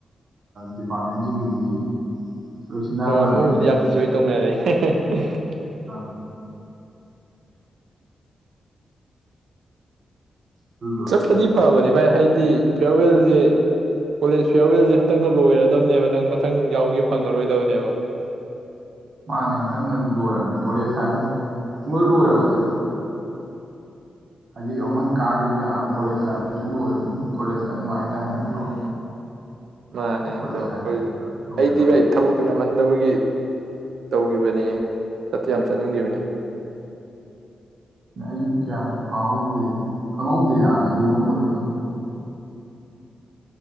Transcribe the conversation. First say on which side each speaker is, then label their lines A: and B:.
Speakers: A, on the right (about 45°); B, on the right (about 70°).
A: ꯗꯤꯄꯥꯔꯠꯃꯦꯟꯁꯤꯡꯒꯤꯗꯤ ꯂꯣꯏꯁꯤꯟꯅꯈ꯭ꯔꯕꯅꯦꯕ
B: ꯍꯣꯏ ꯃꯣꯏꯕꯨꯗꯤ ꯌꯥꯝ ꯏꯟꯖꯣꯏ ꯇꯧꯅꯔꯦ <unintelligible>
A: ꯑꯥ ꯑꯗꯨꯗꯣ
B: ꯆꯠꯄꯗꯤ ꯐꯕꯅꯦ ꯚꯥꯏ ꯍꯥꯏꯗꯤ ꯐꯤꯌꯥꯔꯋꯦꯜꯁꯦ ꯀꯣꯂꯦꯖ ꯐꯤꯌꯥꯔꯋꯦꯜꯁꯦ ꯍꯟꯗꯛꯅ ꯂꯣꯏꯔꯗꯕꯅꯦꯕ ꯅꯪ ꯃꯊꯪ ꯌꯥꯎꯒꯦ ꯐꯪꯉꯔꯣꯏꯗꯕꯅꯦꯕ
A: ꯃꯥꯅꯦ ꯍꯟꯇꯛꯅꯁꯨ ꯂꯣꯏꯔꯕꯅꯤ ꯀꯣꯂꯦꯖ ꯍꯥꯏꯕ ꯄꯨꯡꯂꯣꯏ ꯂꯣꯏꯔꯕꯅꯤ ꯍꯥꯏꯖꯤꯛ ꯑꯃꯟ ꯀꯥꯔꯦꯁꯨ ꯀꯣꯂꯦꯖ ꯂꯥꯏꯁꯨ ꯂꯣꯏꯦ ꯃꯤ ꯀꯣꯂꯦꯖ ꯁꯤ ꯅꯨꯡꯉꯥꯏꯒꯦ ꯍꯥꯏꯅꯗ꯭ꯔꯣ
B: ꯎꯝ ꯃꯥꯅꯦ
A: ꯀꯣꯂꯦꯖ
B: ꯑꯗꯣ ꯑꯩꯈꯣꯏꯁꯨ
A: ꯂꯥꯏꯐꯁꯤ ꯂꯣꯏꯔꯗꯧꯕꯅꯤ
B: ꯑꯩꯗꯤ ꯚꯥꯏ ꯊꯕꯛꯇꯨ ꯌꯥꯝꯃꯟꯗꯕꯒꯤ ꯇꯧꯈꯤꯕꯅꯤ ꯆꯠꯇ ꯌꯥꯝ ꯆꯠꯅꯤꯡꯈꯤꯕꯅꯤ
A: ꯅ ꯑꯩꯁꯨ ꯀꯌꯥꯃꯨꯛꯁꯨ ꯈꯪꯍꯧꯗꯦ ꯈꯪꯍꯧꯗꯦ ꯆꯍꯤ ꯑꯍꯣꯡꯒꯕꯁꯤꯅꯣ